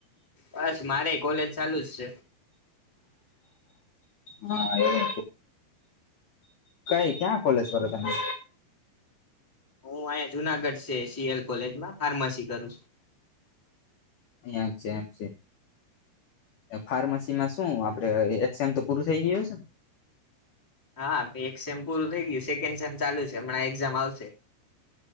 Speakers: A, in the centre; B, on the left.
A: બસ મારે એ કોલેજ ચાલુ જ છે.
B: હ એજ, કઈ ક્યાં કોલેજ કરો તમે?
A: હું અહીયા જુનાગઢ છે સી એલ કોલેજમાં ફાર્મસી કરું સુ.
B: એમ છે એમ છે, ફાર્મસી માં શું
A: છું
B: આપડે એક સેમ તો પૂરુ થઈ ગ્યું હેસેન?
A: હા એક સેમ પૂરું થઈ ગ્યું, સેકેન્ડ સેમ ચાલુ છે હમણાં એક્ઝામ આવશે.